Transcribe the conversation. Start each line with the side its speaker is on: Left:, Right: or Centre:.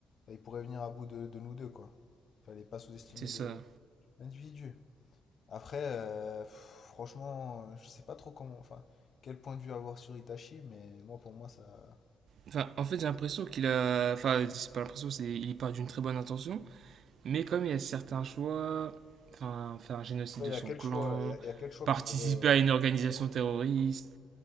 Left: enfin, il pourrait venir à bout de, de nous deux, quoi. Fallait pas sous-estimer
Right: C'est ça.
Left: le l'individu. Après, euh, pff, franchement, euh, je sais pas trop comment, enfin, quel point de vue avoir sur Itachi, mais moi, pour moi, ça.
Right: Enfin, en fait, j'ai l'impression qu'il a. Enfin, c'est pas l'impression, c'est il part d'une très bonne intention. Mais comme il y a certains choix, enfin, faire un génocide
Left: Ouais,
Right: de
Left: Il y
Right: son
Left: a quel
Right: clan,
Left: choix, il y a, il y a quel choix
Right: participer
Left: que t'aurais. euh,
Right: à une organisation terroriste,